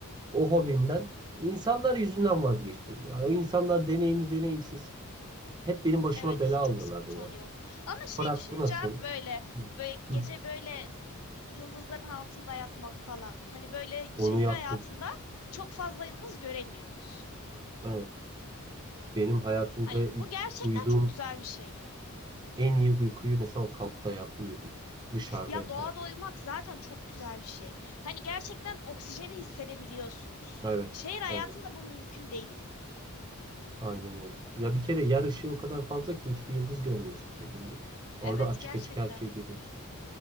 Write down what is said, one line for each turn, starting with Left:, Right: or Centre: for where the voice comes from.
Right: o hobimden insanlar yüzünden vazgeçtim. Yani o insanlar deneyimli deneyimsiz hep benim başıma
Left: Evet
Right: bela alıyorlardı
Left: çok sıkıntı
Right: biraz.
Left: oluyor. Ama şey
Right: Fırat
Left: düşününce
Right: bu nasıl?
Left: abi böyle böyle gece
Right: Hı.
Left: böyle yıldızların altında yatmak falan. Hani böyle şehir
Right: Onu yaptım.
Left: hayatında çok fazla yıldız göremiyoruz.
Right: Evet. Benim hayatımda
Left: Hani
Right: ilk
Left: bu gerçekten
Right: uyuduğum
Left: çok güzel bir şey.
Right: En iyi uykuyu mesela o kampta ya, uyudum. Dışarıda
Left: Ya
Right: yatarak.
Left: doğada uyumak zaten çok güzel bir şey. Hani gerçekten oksijeni hissedebiliyorsunuz.
Right: Evet.
Left: Şehir hayatında
Right: Evet.
Left: bu mümkün değil.
Right: Aynen öyle. Ya bir kere yer ışığı o kadar fazla ki hiçbir yıldız görmüyorsun dediğin gibi. Orada
Left: Evet
Right: açık
Left: gerçekten.
Right: açık her şeyi görüyorsun.